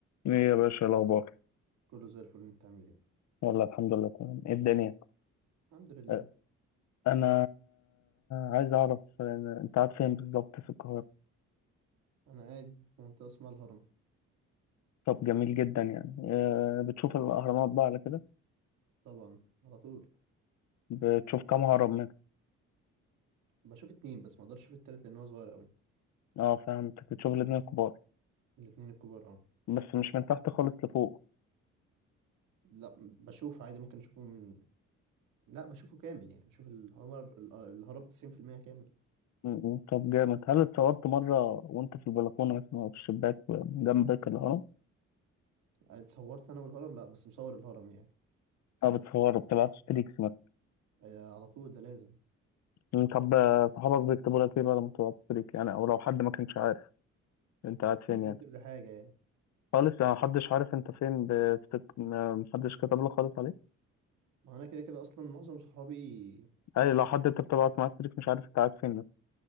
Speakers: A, on the left (about 65°); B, on the right (about 85°).
A: ايه يا باشا الاخبار
B: كله زي الفل انت عامل ايه
A: والله الحمد لله تمام ايه الدنيا
B: الحمد لله
A: أه، انا عايز اعرف أه، انت قاعد فين بالظبط في القاهره
B: انا قاعد في منطقه اسمها الهرم
A: طب جميل جدا يعني أه، بتشوف الاهرامات بقى على كده
B: طبعا على طول
A: بتشوف كام هرم منها
B: بشوف اتنين بس ما اقدرش اشوف التالت لان هو صغير قوي
A: اه فهمتك بتشوف الاتنين الكبار
B: الاتنين الكبار اه
A: بس مش من تحت خالص لفوق
B: لا بشوف عادي ممكن اشوفه من لا بشوفه كامل يعني بشوف الهمر ال- الهرم 90% كامل
A: م- م، طب جامد هل اتصورت مره وانت في البلكونه مثلا او في الشباك جنبك الهرم
B: اتصورت انا والهرم لا بس مصور الهرم يعني
A: اه بتصوروا بتبعت ستريكس مثلا
B: اه، على طول ده لازم
A: م، طب أه، صحابك بيكتبوا لك ايه بقى لما تبعت ستريك يعني او لو حد ما كانش عارف انت قاعد فين
B: محدش
A: يعني
B: بيكتب لي حاجه يعني
A: خالص يعني محدش عارف انت فين بفتك... ما- محدش كتب لك خالص عليه
B: ما انا كده كده اصلا معظم صحابي
A: اي لو حد انت بتبعت معاه ستريك مش عارف انت قاعد فين مثلا